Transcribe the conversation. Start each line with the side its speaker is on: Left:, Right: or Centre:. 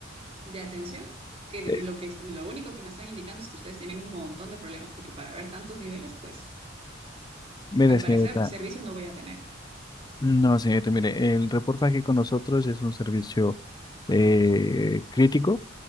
Right: de atención, que de-
Left: eh,
Right: lo que, est- lo único que me están indicando es que ustedes tienen un montón de problemas, porque para ver tantos niveles, pues,
Left: mire,
Right: al
Left: señorita,
Right: parecer, servicio no voy a tener.
Left: no, señorita, mire, el reportaje con nosotros es un servicio eh, crítico,